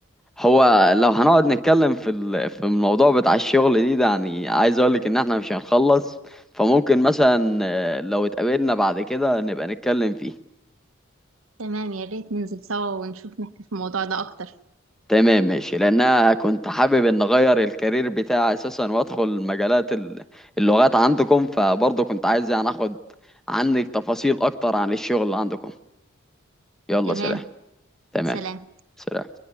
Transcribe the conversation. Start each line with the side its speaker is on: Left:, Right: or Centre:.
Centre: هو لو هنقعد نتكلم في ال- في الموضوع بتاع الشغل دي ده يعني عايز اقولك ان احنا مش هنخلص فممكن مثلا آه، لو اتقابلنا بعد كده نبقى نتكلم فيه
Right: تمام يا ريت ننزل سوا ونشوف نحكي في الموضوع ده أكتر
Centre: تمام ماشي لان انا كنت حابب ان اغير الكارير بتاعي اساسا وادخل مجالات ال- اللغات عندكم فبرضه كنت عايز يعني اخد عنك تفاصيل اكتر عن الشغل عندكم يلا
Right: تمام
Centre: سلام تمام
Right: سلام
Centre: سلام